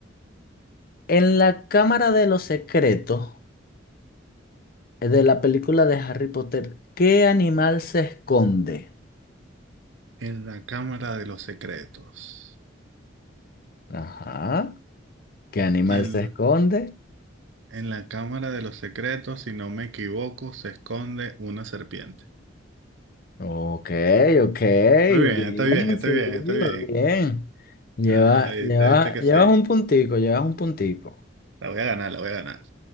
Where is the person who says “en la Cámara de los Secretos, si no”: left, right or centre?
Right